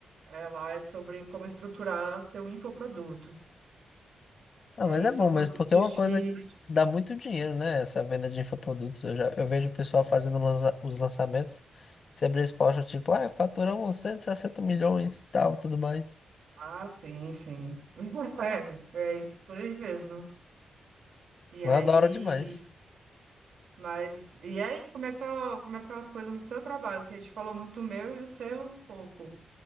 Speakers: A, on the right; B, on the left.
A: Ela é sobre como estruturar o seu infoproduto, que
B: Ah,
A: aí
B: mas é
A: são
B: bom mesmo,
A: produtos
B: porque é uma
A: de...
B: coisa que dá muito dinheiro, né? Essa venda de infoprodutos. Eu, já, eu vejo o pessoal fazendo lança- os lançamentos. Você abre esse post, tipo, ah, faturamos 160 milhões, tal, tudo mais.
A: Ah, sim, sim. <laughs> É, é isso, por aí mesmo. E
B: Mas
A: aí,
B: é da hora demais.
A: mas, e aí, como é que tá, como é que estão as coisas no seu trabalho? Que a gente falou muito do meu e o seu pouco.